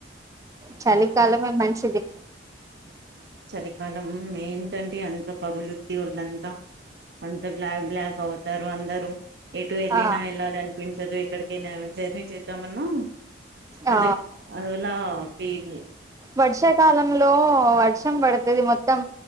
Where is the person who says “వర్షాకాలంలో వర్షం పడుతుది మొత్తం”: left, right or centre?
Right